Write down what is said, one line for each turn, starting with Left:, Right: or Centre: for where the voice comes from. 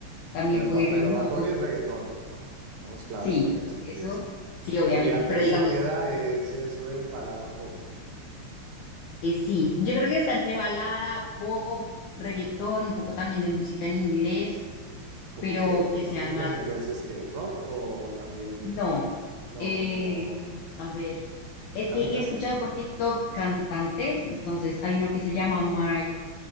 Left: también
Right: Bueno,
Left: puedo
Right: Ba-
Left: irme
Right: bueno,
Left: un
Right: Bad
Left: poco
Right: Bunny
Left: como,
Right: es reggaetón, ¿no? Estamos claros
Left: sí,
Right: con eso.
Left: eso
Right: Listo.
Left: sí, obviamente,
Right: Y Andrés
Left: pero digamos,
Right: Cepeda es, eso es balada pop.
Left: eh, sí, yo creo que está entre balada, pop, reggaetón, un poco también de música en inglés,
Right: ¿Cómo
Left: pero
Right: qué?
Left: que sean
Right: ¿Música
Left: más
Right: en inglés es que rock o también,
Left: No,
Right: no,
Left: eh,
Right: como,
Left: a ver, es
Right: dame-
Left: que
Right: da-
Left: he escuchado por TikTok cantantes, entonces hay uno que se llama Mark,